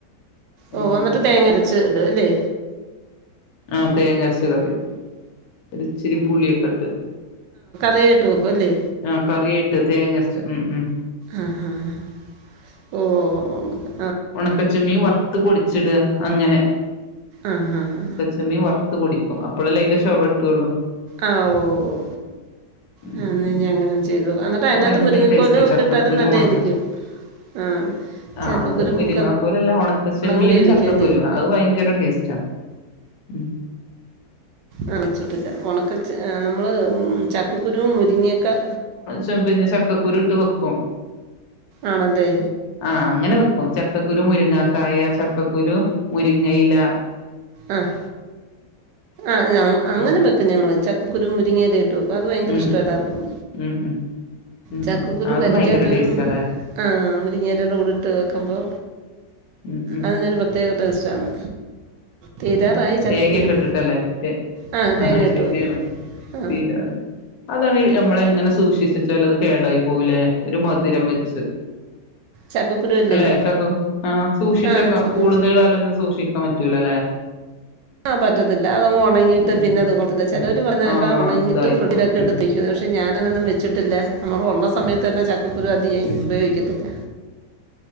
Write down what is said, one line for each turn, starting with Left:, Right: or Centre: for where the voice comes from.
Left: ഭയങ്കര
Right: ഓ എന്നട്ട്
Left: ടേസ്റ്റ്
Right: തേങ്ങരച്ച്‌ ട് അല്ലേ
Left: ആ തേങ്ങ അരച്ച്‌ കറി വെക്കും ഒര്ച്ചിരി പുളിയൊക്കെട്ട്
Right: പുളി ഇട്ട് വെക്കുവല്ലേ
Left: ആ കറിയിട്ട് തേങ്ങരച്ച് ഉം ഉം
Right: ആഹ് ഹ ഹ ഓ ഒ നമ്
Left: ഒണക്കചെമ്മീൻ വർത്ത് പൊടിച്ച്‌ട്ക അങ്ങനെ
Right: ആഹ് ഹ ഹ
Left: ചെമ്മീം വർത്ത്പൊടിക്കും അപ്പളല്ലേ അയ്ന്റ ചൊവ കിട്ട്വോള്ളൂ
Right: അഹ്ഓ ഓ
Left: ഉം
Right: ആ എന്നെനി
Left: ഉം
Right: അങ്ങനെന്ന് ചെയ്ത് നോക്കാം അന്നട്ട്
Left: അത്
Right: അയ്നാത്ത്
Left: ഭയങ്കര
Right: മുരിങ്ങക്കോലു
Left: ടേസ്റ്റാ
Right: ഒക്ക
Left: ചക്കക്കുരു
Right: ഇട്ടാലും നല്ലെരിക്കും
Left: ഉണക്കച്ച
Right: ആഹ്
Left: ആ
Right: ചക്കക്കുരു
Left: അത് മുരിങ്ങാക്കോലല്ല
Right: കുക്കർ
Left: ഉണക്കച്ചെമ്മീനും
Right: ലങ്ങ് വേവിക്കാല്ലേ
Left: ചക്കക്കുരു അത് ഭയങ്കര ടേസ്റ്റാ ഉ
Right: ആ വെച്ച്‌ട്ടട്ട് ഇല്ല ഒണക്ക ചെ അമ്മള് ഉം ചക്കക്കുരുവും മുരിങ്ങേക്ക
Left: ചെമ്പ്ന്റ ചക്കക്കുരു ഇട്ട് വെക്കും
Right: ആണല്ലേ
Left: ആ അങ്ങന വെക് കും ചക്കക്കുരു മുരുങ്ങാക്കായ ചക്കക്കുരു മുരിങ്ങയ്ല
Right: ആഹ് ആഹ് ഞ അങ്ങന
Left: ഉം
Right: വെക് ക്കും ഞങ്ങള് ചക്കക്കുരു മുരിങ്ങേലയിട്ട് വെക്കു അത് ഭയങ്കര
Left: ഉം
Right: ഇഷ്ടല്ലാർക്കും
Left: ഉം ഉം ഉം
Right: ചക്കക്കുരു
Left: ഉം അത്
Right: കഴിക്കാത്തവരും
Left: ഭയങ്കര ടേസ്റ്റാല്ലേ
Right: ആഹ് മുരിങ്ങേലട കൂടിട്ട് വെക്ക്മ്പോ
Left: ഉം ഉം
Right: അതിനൊര് പ്രത്യേക ടേസ്റ്റാണ് തീരാറായി
Left: ഉ
Right: ചക്കക്കുരു
Left: തേങ്ങെക്ക ഇട്ടിട്ടല്ലേ എ
Right: ആ തേങ്ങ
Left: ആഹ്
Right: ഇട്ട്
Left: ശരിയാണ്
Right: വെക്കും ആ
Left: തീലെറെ അതാണീ
Right: ആ,
Left: ഞമ്മളങ്ങന
Right: ച-
Left: സൂക്ഷിച്ച്‌ വെച്ചാലു അത് കേടായി പോവ് ലെ ഒര്മധുരം വെച്ച്
Right: ചക്കക്കുരു അല്ലേ
Left: അല്ലെ ചക്കക് ആ സൂക്ഷിച്ച്‌
Right: ആ
Left: വെക്ക
Right: ചക്ക
Left: കൂടുതല് കാലൊന്നും സൂക്ഷിക്കാം പറ്റൂലല്ലെ
Right: ആ പറ്റത്തില്ല അതങ്ങ് ഒണങ്ങീട്ട്
Left: ഉം ഉം
Right: പിന്നത് കൊള്ളത്തില്ല ചെലര്
Left: ഉം
Right: പറെന്നക്കാ
Left: ആഹ്
Right: ഒണങ്ങിട്ട്
Left: എന്തായിപ്പോ
Right: ഫ്രിഡ്ജിലെക്ക
Left: ഉം
Right: എട്ത്തെവെയ് ഇതോർഷെ ഞാനതൊന്നും വെച്ച്‌ട്ട്ല്ല നമ്മളൊള്ള സമയത്തന്നെ ചക്കക്കുരു അധിയെ
Left: ഉം
Right: ഉപയോഗിക്കത്തില്ല